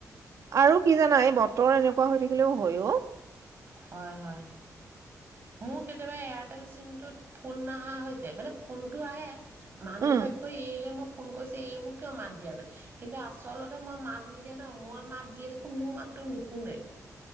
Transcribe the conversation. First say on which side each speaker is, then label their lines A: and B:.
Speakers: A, on the right; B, on the right.
A: আৰু কি জানা, এই বতৰ এনেকুৱা হৈ থাকিলেও হৈয়ো।
B: হয়, হয়। মোৰ কেতিয়াবা এয়াৰটেল চিমটোত ফোন নাহা হৈ যায়, মানে ফোনটো আহে। মানুহে
A: উম
B: ভাবিব এইলৈ মোক ফোন কৰিছে এই মোক, কিয় মাত দিয়া নাই? কিন্তু, আচলতে মই মাত নিদিয়া নহয়, মই মাত দিয়ে থাকোঁ মোৰ মাতটো নুশুনে।